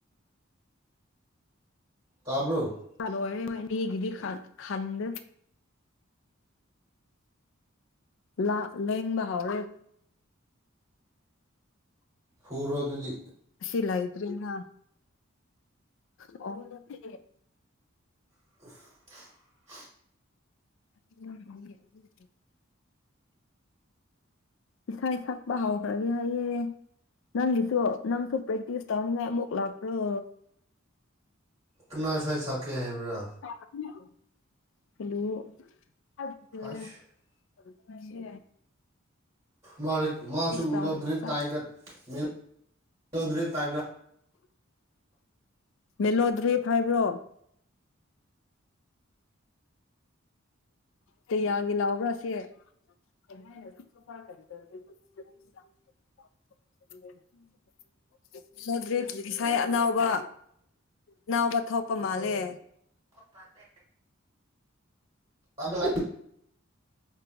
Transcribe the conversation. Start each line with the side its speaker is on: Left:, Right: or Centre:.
Right: ꯇꯥꯕ꯭ꯔꯣ
Left: <unintelligible> ꯕꯤꯑꯦꯒꯤꯗꯤ ꯈ ꯈꯟꯗ‌ꯦ ꯂꯥꯛ ꯂꯦꯡꯕ ꯍꯧꯔꯦ
Right: ꯐꯨꯔꯣ ꯑꯗꯨꯗꯤ
Left: ꯁꯤꯂꯥꯏꯇ꯭ꯔꯤꯅꯥ ꯑ <unintelligible>
Right: <unintelligible>
Left: <unintelligible> ꯏꯁꯩ ꯁꯛꯄ ꯍꯧꯈ꯭ꯔꯗꯤ ꯍꯥꯏꯌꯦ ꯅꯪꯒꯤꯁꯨ ꯅꯪꯁꯨ ꯄ꯭ꯔꯦꯛꯇꯤꯁ ꯇꯧꯅꯤꯡꯉꯥꯏ ꯑꯃꯨꯛ ꯂꯥꯛꯈ꯭ꯔꯣ
Right: ꯀꯅꯥ ꯁꯩ ꯁꯛꯀꯦ ꯍꯥꯏꯕ꯭ꯔꯥ
Left: <unintelligible> ꯍꯜꯂꯣ <unintelligible>
Right: ꯍꯁ ꯃꯔꯤꯛ ꯃꯥꯁꯨ ꯃꯤꯔ‌ꯣꯗ꯭ꯔꯤ
Left: ꯇꯧ ꯆꯠ
Right: ꯇꯥꯏꯗ ꯃꯤꯔ‌ꯣꯗ꯭ꯔꯤꯕ ꯇꯥꯏꯕ꯭‌ꯔ
Left: ꯃꯦꯂꯣꯗ꯭ꯔꯤꯕ ꯍꯥꯏꯕ꯭ꯔꯣ ꯀꯌꯥꯒꯤ ꯂꯥꯎꯕ꯭ꯔ <unintelligible> <unintelligible> ꯗ꯭ꯔꯤꯞ ꯉꯁꯥꯏ ꯑꯅꯥꯎꯕ ꯑꯅꯥꯎꯕ ꯊꯣꯛꯄ ꯃꯥꯜꯂꯦ
Right: ꯃꯥꯟ <unintelligible> ꯑꯕ <unintelligible>